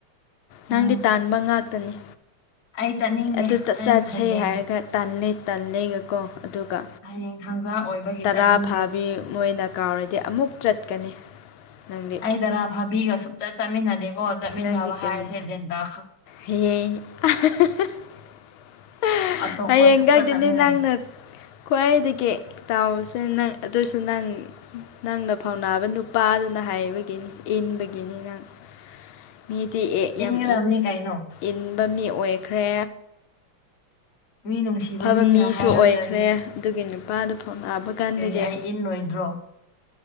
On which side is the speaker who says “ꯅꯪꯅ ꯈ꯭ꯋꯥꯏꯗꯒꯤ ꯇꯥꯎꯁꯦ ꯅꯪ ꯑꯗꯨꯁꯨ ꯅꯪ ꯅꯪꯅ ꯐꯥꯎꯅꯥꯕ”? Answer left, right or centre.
Left